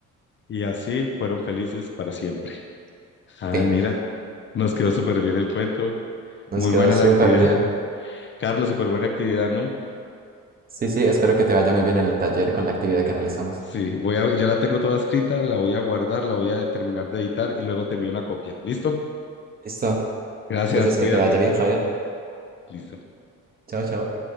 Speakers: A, on the left (about 35°); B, on the right (about 30°).
A: Y así fueron felices para siempre. Ay,
B: Fin.
A: mira, nos quedó súper bien el cuento.
B: Nos
A: Muy
B: quedó
A: buena
B: súper
A: la actividad.
B: bien.
A: Carlos, súper buena actividad, ¿no?
B: Sí, sí, espero que te vaya muy bien en el taller con la actividad que realizamos.
A: Sí, voy a, ya la tengo toda escrita, la voy a guardar, la voy a terminar de editar y luego te envío una copia. ¿Listo?
B: Listo.
A: Gracias,
B: Entonces,
A: cuídate.
B: que te vaya bien, Javier.
A: Listo.
B: Chao, chao.